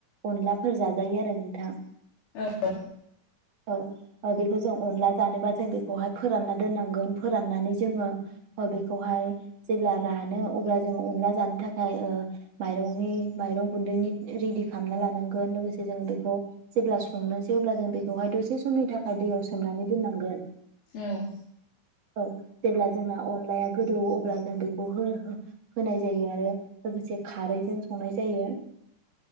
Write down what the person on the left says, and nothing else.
औ
औ ओं